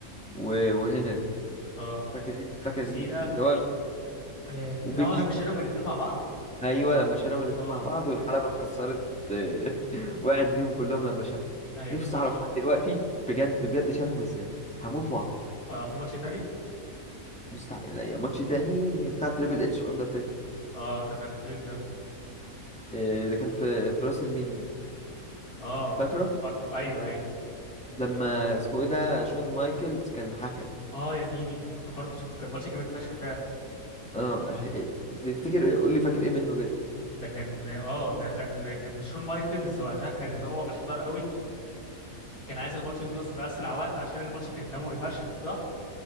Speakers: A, in the centre; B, on the left.
A: و- وهنري
B: اه
A: فاكر
B: جون
A: فاكر
B: سينا
A: اللي هو
B: آه،
A: وبيج
B: لا
A: شو
B: لما شالهم الاثنين مع بعض
A: ايوه لما شالهم الاتنين
B: اه
A: مع بعض والحلبة اتكسرت آه، <laughs> وقعت بيهم كلهم لما شالهم
B: ايوه
A: نفسي
B: في ماتش
A: اعرف لحد دلوقتي بجد بجد شالهم ازاي هموت واعرف
B: اه في ماتش تاني
A: مستحيل يعني ماتش تاني بتاع تريبل اتش واندرتيكر
B: اه ده كان فين ده
A: إيه ده كان في في راس المينيا
B: اه
A: فاكره
B: افتكرته ايوه ايوه
A: لما
B: اه
A: اسمه ايه ده شون مايكلز كان الحكم
B: آه، يا ديني افتكرته كان ماتش جامد فشخ فعلا
A: اه إيه، تفتكر قول لي فاكر ايه منه جد
B: ده كان اه ده كان كان شون مايكلز وقتها كان اللي هو محتار قوي كان عايز الماتش يخلص في اسرع وقت عشان الماتش كان دموي فشخ صح